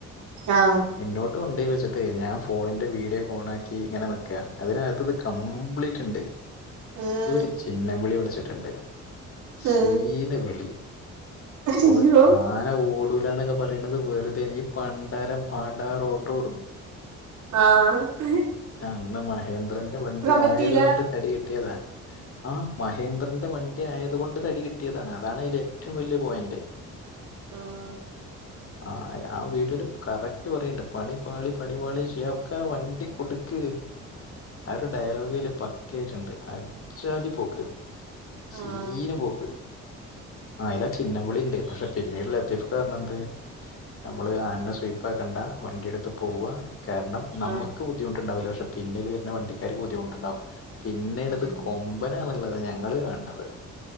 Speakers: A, on the right; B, on the left.
A: ആഹ്
B: മുന്നോട്ട് കൊണ്ടു പോയിവെച്ചപ്പോ - അതെ ഞാൻ ഫോണിന്റെ വീഡിയോ ഓണാക്കി ഇങ്ങനെ നിക്ക അതിനകത്ത് ഇത് കംപ്ലീറ്റ് ഉണ്ട്.
A: ഉം
B: ഒരു ചിന്നം വിളി വിളിച്ചിട്ടുണ്ട്. സീന്
A: ഉം
B: വിളി
A: അയ്യോ
B: പോ ആന, ഓടൂലന്നൊക്കെ പറയണുന്നത്- വെറുതെണ് ഈ പണ്ടരം അടറോട്ടോടും.
A: ആഹാ... !
B: അന്ന് മഹേന്ദ്രന്റെ വണ്ടി
A: പറ്റിയില്ല
B: ആയത് കൊണ്ട് തടി കിട്ടിയതാ. ആ മഹേന്ദ്രന്റെ വണ്ടി ആയത് കൊണ്ട് തടി കിട്ടിയതാണ്, അതാണ് അതില ഏറ്റവും വലിയ പോയിന്റ്. <inaudible>
A: ആഹാ... !
B: ആഹാ ആഹാ ആവീഡിയോല് കറക്റ്റ് പറയണ്ട് പണി പാളി, പണി പാളി ഷിയാബ്കാ വണ്ടി കൊടുക്ക്. ആ ഒരു ഡയലോഗല് പക്ക ആയിട്ടുണ്ട് അജ്ജതി പോക്ക്. സീന്
A: ആഹ്
B: പോക്ക് അയില്ലാ ചിന്നംവിളിണ്ട് പക്ഷേ പിന്നീട് ലത്തീഫ്ക്കറ്ഞ്ഞെന്ത് നമ്മള് ആനനെ സുയിപ്പാക്കണ്ട വണ്ടിയെടുത്ത് പോ പോവ കാരണം നമുക്ക്
A: ആഹ്
B: ബുദ്ധിമുട്ടുണ്ടവ് ല പക്ഷെ പിന്നൽ വരുന്ന വണ്ടിക്കാർക്ക് ബുദ്ധിമുട്ടുണ്ടാവും പിന്നെണത്
A: ഉം
B: കൊമ്പന ന്നുള്ളത് ഞങ്ങള് കാണ്